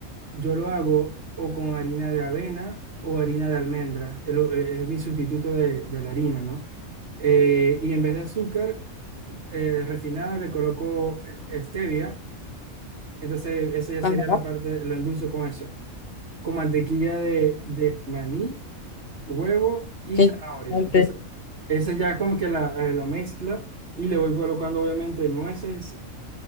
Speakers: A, on the right; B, on the left.
A: yo lo hago o con harina de avena o harina de almendra, es, lo- eh, es mi sustituto de, de la harina, ¿no? Eh, y en vez de azúcar eh, refinada le coloco eh, stevia, entonces esa ya
B: ajá.
A: sería la parte, lo endulzo con eso, con mantequilla de de maní huevo y
B: Qué
A: zanahoria.
B: interesante.
A: Entonces, esa ya es como que la, eh, la mezcla y le voy colocando obviamente nueces